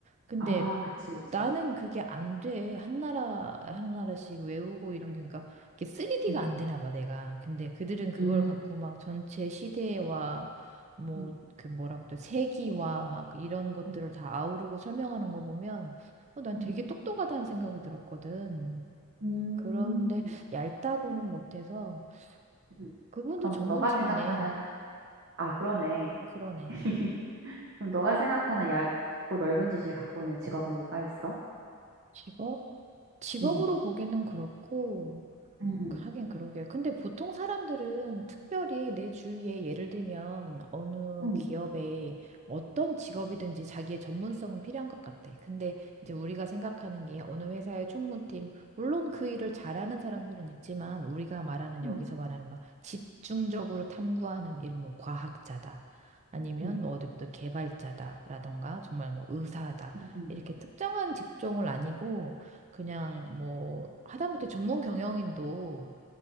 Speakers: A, on the right; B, on the right.
A: 근데
B: 아, 그치, 그치.
A: 나는 그게 안 돼. 한 나라, 한 나라씩 외우고 이런 게. 그러니까 이게 3D가
B: 응,
A: 안 되나 봐, 내가. 근데 그들은 그걸
B: 음,
A: 갖고 막 전체 시대와 뭐
B: 음,
A: 그 뭐라고 또 세기와 막 이런 것들을
B: 음,
A: 다 아우르고 설명하는 거 보면 어, 난
B: 음,
A: 되게 똑똑하다는 생각이 들었거든.
B: 음.
A: 그런데 얇다고는 못해서
B: 음.
A: 그분도
B: 그럼
A: 전문직이네.
B: 너가 생각하는, 아, 그러네.
A: 그러네.
B: <laughs> 그럼 너가 생각하는 얕고 넓은 지식을 갖고 있는 직업은 뭐가 있어?
A: 직업? 직업으로
B: 응,
A: 보기는 그렇고
B: 응, 응,
A: 하긴 그러게. 근데 보통 사람들은 특별히 내 주위에 예를 들면 어느
B: 응,
A: 기업에 어떤 직업이든지 자기의 전문성은 필요한 것 같아. 근데 이제 우리가 생각하는 게 어느 회사의 총무팀, 물론 그 일을 잘하는 사람들은 있지만 우리가 말하는
B: 응,
A: 여기서 말하는 막 집중적으로 탐구하는 일, 뭐 과학자다. 아니면
B: 응,
A: 뭐 어디부터 개발자다라던가 정말 뭐 의사다.
B: 응, 응,
A: 이렇게 특정한 직종을 아니고 그냥 뭐 하다못해 전문 경영인도